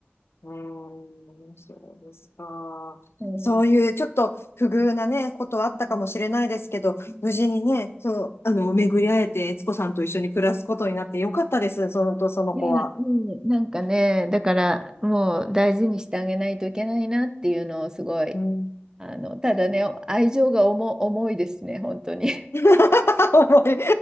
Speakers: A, on the left; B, on the right.
A: ーん、そうですか。
B: うんう
A: そういうちょっと不遇なね、ことはあったかもしれないですけど、
B: んうん
A: 無事にね、そう、あの、巡り会えて、悦子さんと一緒に暮らすことになってよかったです、そのと、その子は。
B: いや、うん、なんかね、だからもう大事にしてあげないといけないなっていうのをすごい、
A: うん。
B: あの、ただね、愛情が重、いですね、本当に。
A: <laughs> 思い